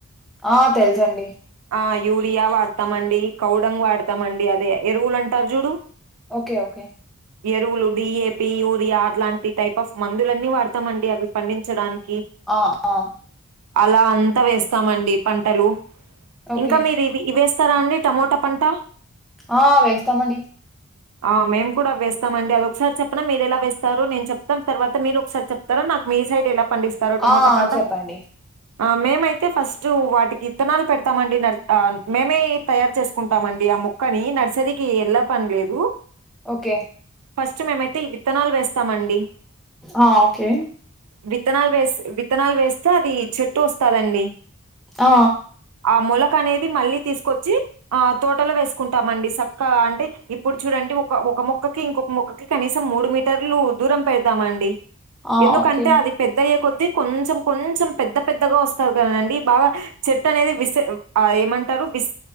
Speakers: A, in the centre; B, on the right.
A: ఆ తెలుసండి
B: ఆ యూరియా వాడతామండి కౌడంగ్ వాడతామండి అదే ఎరువులు అంటారు చూడు
A: ఓకే ఓకే
B: ఎరువులు డిఏపి యూరియా అట్లాంటి టైప్ ఆఫ్ మందులన్నీ వాడతామండి అవి పండించడాని
A: ఆ ఆ
B: అలా అంతా వేస్తామండి పంటలు
A: ఓకే.
B: ఇంకా మీరు ఇవి ఇవేస్ స్తారా అండి టమోటా పంట
A: ఆ వేస్తామది
B: ఆ మేము కూడా వేస్తామండి అదొ ఒకసారి చెప్పన మీరు ఎలా వేస్తారు నేను చెప్తా తర్వాత మీరు ఒకసారి చెప్తార నాకు మీ సైడ్ ఎలా పండిస్తారో టమోటో
A: ఆ!
B: పంట
A: చెప్పండి.
B: ఆ మేమైతే ఫస్ట్ వాటికి ఇత్తనాలు పెడతామండి న మేమే తయారు చేసుకుంటామండి ముక్కని నర్సరీకి ఎల్ల పని లేదు
A: ఓకే
B: ఫస్ట్ మేమైతే ఈ విత్తనాలు వేస్తామండి
A: ఆ! ఓకే.
B: విత్తనాలు వేస్ విత్తనాలు వేస్తే అది చెట్టు వస్తాదండి
A: ఆ
B: ఆ మొలక అనేది మళ్ళీ తీసుకొచ్చి ఆ తోటలో వేసుకుంటామండి స ఒక్క అంటే ఇప్పుడు చూడండి ఒక ఒక మొక్కకి ఇంకొక మొక్కకి కనీసం మూడు మీటర్లు దూరం పెడతామండి
A: ఆ!
B: ఎందుకంటే
A: ఓకే.
B: అది పెద్దయ్యే కొద్ ద్ధి కొంచెం కొంచెం పెద్ద పెద్దగా వస్తారు కదండి బాగా చెట్టు అనేది విశ ఆ ఏమంటారు విశ